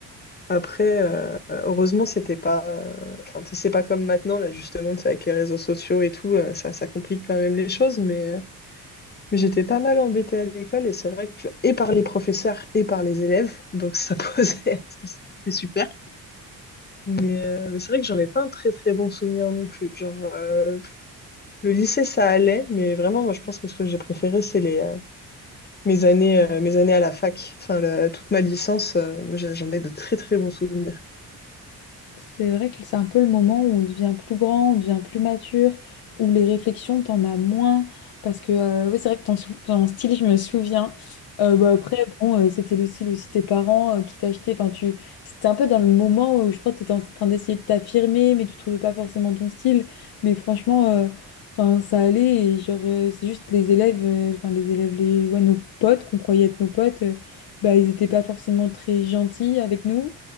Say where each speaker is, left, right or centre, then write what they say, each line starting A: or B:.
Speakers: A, on the left; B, on the left.
A: Après, euh, heureusement, c'était pas, euh, enfin, tu sais, c'est pas comme maintenant, là, justement, tu sais, avec les réseaux sociaux et tout, euh, ça, ça complique quand même les choses, mais, euh, mais j'étais pas mal embêtée à l'école, et c'est vrai que, et par les professeurs et par les élèves, donc ça <laughs> posait, c'était c'était super. Mais, euh, mais c'est vrai que j'en ai pas un très très bon souvenir non plus. Genre, euh, le lycée, ça allait, mais vraiment, moi, je pense que ce que j'ai préféré, c'est les, euh, mes années, euh, mes années à la fac. Enfin, la- toute ma licence, euh, j'ai- j'en ai de très très bons souvenirs.
B: C'est vrai que c'est un peu le moment où on devient plus grand, on devient plus mature, où les réflexions, t'en as moins. Parce que, euh, oui, c'est vrai que ton, sou- ton style, je me souviens. Euh, bah, après, bon, euh, c'était le style aussi de tes parents euh, qui t'achetaient. Enfin, tu étais un peu dans le moment où je crois que t'étais en train d'essayer de t'affirmer, mais tu trouvais pas forcément ton style. Mais franchement, euh, enfin, ça allait. Et genre, euh, c'est juste que les élèves, euh, enfin, les élèves, les, ouais, nos potes qu'on croyait être nos potes, euh, bah, ils étaient pas forcément très gentils avec nous.